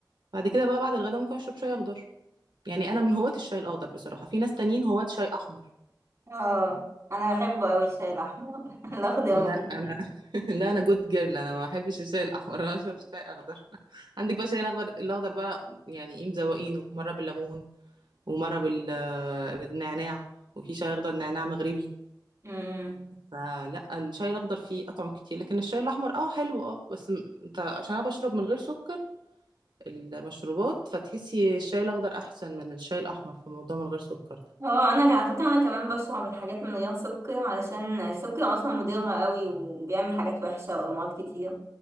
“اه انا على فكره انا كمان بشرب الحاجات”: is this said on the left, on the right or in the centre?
Right